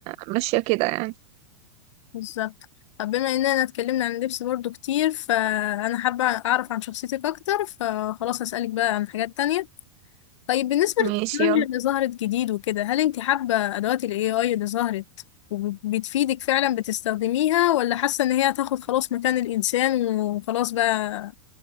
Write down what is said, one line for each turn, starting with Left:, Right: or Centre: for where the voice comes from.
Right: ماشيه كده يعني
Left: بالظبط طب بما إننا اتكلمنا عن اللبس برضو كتير فأنا حابة أعرف عن شخصيتك أكتر فخلاص هسألك بقى عن حاجات تانية طيب بالنسبة
Right: ماشي
Left: للتكنولوجيا
Right: يلا
Left: اللي ظهرت جديد وكده هل انت حابة أدوات ال AI اللي ظهرت وبتفيدك فعلا بتستخدميها ولا حاسة ان هي هتاخد خلاص مكان الإنسان وخلاص بقى